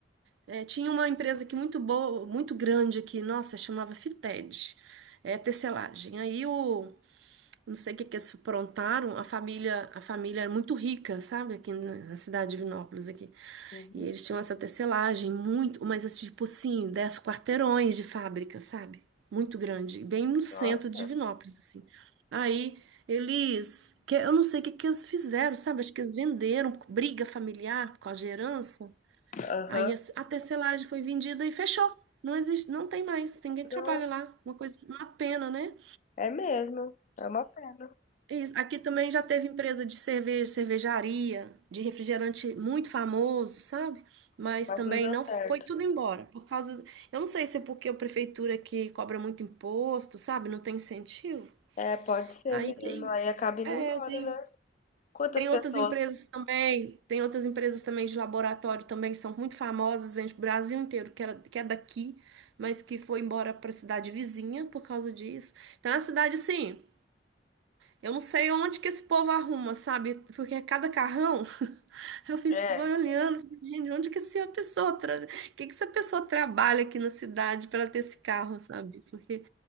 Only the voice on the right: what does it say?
É, tinha uma empresa aqui muito boa, muito grande aqui, nossa, chamava Fited, é, tecelagem. Aí o não sei o que que eles aprontaram, a família, a família era muito rica, sabe, aqui na na cidade de Vinópolis aqui.
E eles tinham essa tecelagem muito, mas assim, tipo assim, dez quarteirões de fábrica, sabe? Muito grande, bem no centro
de Vinópolis assim. Aí eles, que eu não sei o que que eles fizeram, sabe? Acho que eles venderam briga familiar por causa de herança.
Aí a a tecelagem foi vendida e fechou. Não existe, não tem mais, ninguém trabalha
lá. Uma coisa, uma pena, né?
Isso. Aqui também já teve empresa de cerveja, cervejaria, de refrigerante muito famoso, sabe? Mas
também
não
foi tudo embora, por causa, eu não sei se é porque a prefeitura aqui cobra muito imposto, sabe? Não tem incentivo.
Aí
tem,
é,
tem,
tem
outras empresas também, tem outras empresas também de laboratório também que são muito famosas, vende pro Brasil inteiro, que era, que é daqui, mas que foi embora para a cidade vizinha por causa disso. Então a cidade assim, eu não sei onde que esse povo arruma, sabe? Porque é cada carrão, <laughs> eu fico
olhando, fico, gente, onde que essa pessoa, tra... que que essa pessoa trabalha aqui na cidade para ter esse carro, sabe? Porque